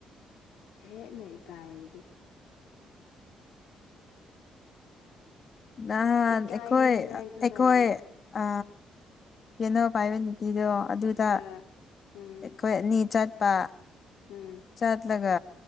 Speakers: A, on the left; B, on the left.
A: ꯍꯦ ꯅ ꯏ ꯀꯥꯏꯕꯗꯤ
B: ꯅꯍꯥꯟ
A: ꯏꯀꯥꯏꯅꯤꯉꯥꯏꯁꯨ
B: ꯑꯩꯈꯣꯏ ꯑꯩꯈꯣꯏ
A: ꯂꯩꯥꯏꯗꯦ
B: ꯑ ꯄꯦꯅꯧ ꯄꯥꯏꯕ ꯅꯨꯄꯤꯗꯣ ꯑꯗꯨꯗ
A: ꯑ ꯎꯝ
B: ꯑꯩꯈꯣꯏ ꯑꯅꯤ ꯆꯠ ꯄ
A: ꯎꯝ
B: ꯆꯠꯂꯒ